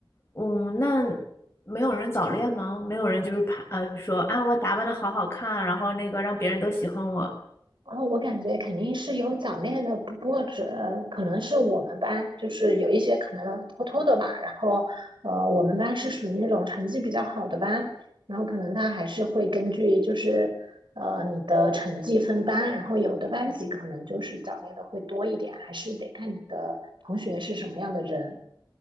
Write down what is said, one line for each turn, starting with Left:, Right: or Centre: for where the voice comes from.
Left: 嗯，那没有人早恋吗？没有人就是怕呃说啊，我打扮的好好看，然后那个让别人都喜欢我。
Right: 然后我感觉肯定是有早恋的，不过只可能是我们班，就是有一些可能偷偷的吧。然后，呃，我们班是属于那种成绩比较好的班，然后可能他还是会根据就是呃你的成绩分班，然后有的班级可能就是早恋的会多一点，还是得看你的同学是什么样的人。